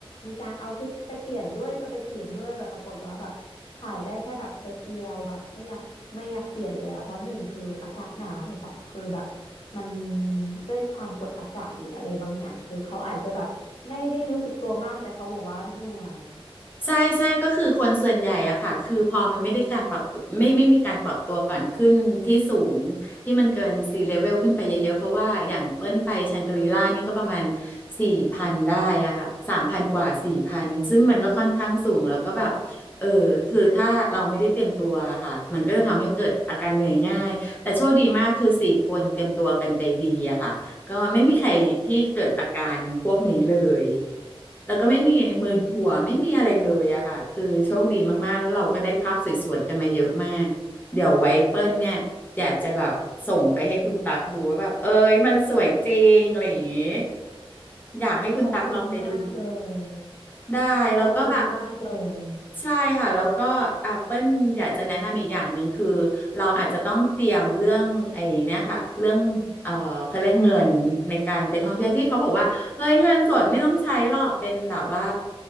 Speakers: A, on the left (about 70°); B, on the left (about 20°).
A: มีการเอาชุดไปเปลี่ยนด้วยจะไปเปลี่ยนด้วยแต่ปรากฏว่าแบบถ่ายได้แค่แบบเซตเดียวแบบไม่อยากไม่อยากเปลี่ยนแล้วเพราะหนึ่งคืออากาศหนาวสองคือแบบมันด้วยความกดอากาศหรืออะไรบางอย่างคือเขาอาจจะแบบไม่ได้รู้สึกตัวมากแต่เขาบอกว่าเหนื่อย
B: ใช่ใช่ก็คือคนส่วนใหญ่อะค่ะคือพอมันไม่ได้การปรับตัวไม่ไม่มีการปรับตัวก่อนขึ้นที่สูงที่มันเกินซี level ขึ้นไปเยอะๆเพราะว่าอย่างเปิ้ลไปแชงกรีล่านี่ก็ประมาณสี่พันได้อะค่ะสามพันกว่าสี่พันซึ่งมันก็ค่อนข้างสูงแล้วก็แบบเออคือถ้าเราไม่ได้เตรียมตัวค่ะมันก็จะทำให้เกิดอาการเหนื่อยง่ายแต่โชคดีมากคือสี่คนเตรียมตัวกันไปดีอะค่ะ ก็ไม่มีใครที่เกิดอาการพวกนี้เลย แล้วก็ไม่มีมึนหัวไม่มีอะไรเลยอะค่ะ
A: อืม
B: คือโชคดีมากๆแล้วเราก็ได้ภาพสวยๆกันมาเยอะมาก เดี๋ยวไว้เปิ้ลเนี่ยอยากจะแบบส่งไปให้คุณตักดูว่าแบบเอ้ยมันสวยจริงอะไรอย่างงี้อยากให้คุณตักลองไปดู
A: ขอบคุณมากเลย
B: ได้แล้วก็แบบ
A: ขอบคุณมากเลย
B: ใช่ค่ะแล้วก็อ่ะเปิ้ลอยากจะแนะนำอีกอย่างหนึ่งคือเราอาจจะต้องเตรียมเรื่องไอ้เนี่ยค่ะเรื่องเอ่อเขาเรียกเงินในการไปท่องเที่ยวที่เขาบอกว่าเฮ้ยเงินสดไม่ต้องใช้หรอกเป็นแบบว่า